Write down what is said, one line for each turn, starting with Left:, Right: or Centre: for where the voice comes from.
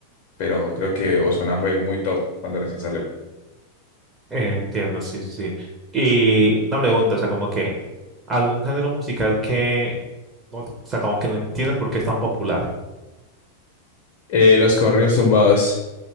Left: pero creo que Ozuna fue muy top cuando recién salió.
Right: Eh, Entiendo, sí, sí, sí. Y una pregunta, o sea, como que algún género musical que, no- o sea, como que no entiendes por qué es tan popular.
Left: Eh, los corridos tumbados.